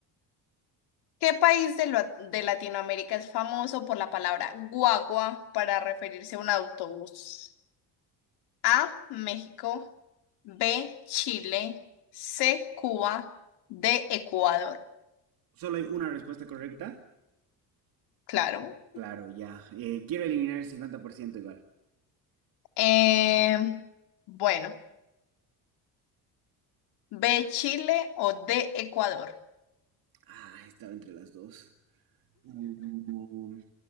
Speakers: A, on the left; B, on the right.
A: ¿Qué país de, lo- de Latinoamérica es famoso por la palabra guagua para referirse a un autobús? A, México, B, Chile, C, Cuba, D, Ecuador.
B: Solo hay una respuesta correcta.
A: Claro.
B: Claro, ya. Eh, quiero eliminar el 50% igual.
A: Em, bueno, B, Chile o D, Ecuador.
B: Ah, estaba entre las dos. Mm,